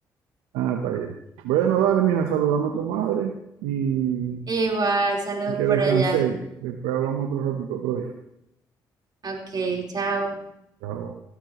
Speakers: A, on the right (about 80°); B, on the right (about 45°).
A: Ah, está bien. Bueno, dale, mija, saludame a tu madre y,
B: igual, saludos
A: y que
B: por
A: descanséis.
B: allá.
A: Después hablamos otro ratito, otro día.
B: Ok, chao.
A: Chao.